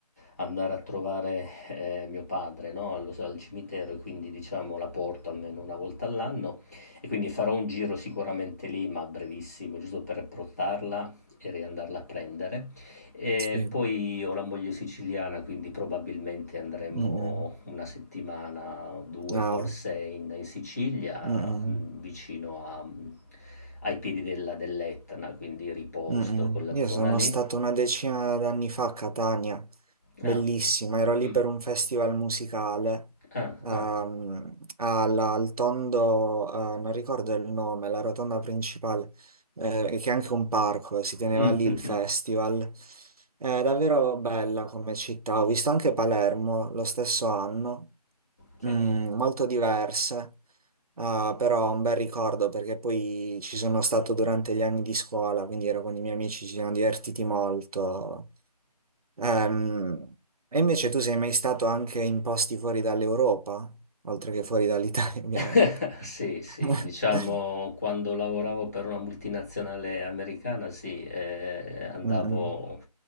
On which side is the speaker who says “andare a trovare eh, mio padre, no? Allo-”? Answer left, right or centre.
Left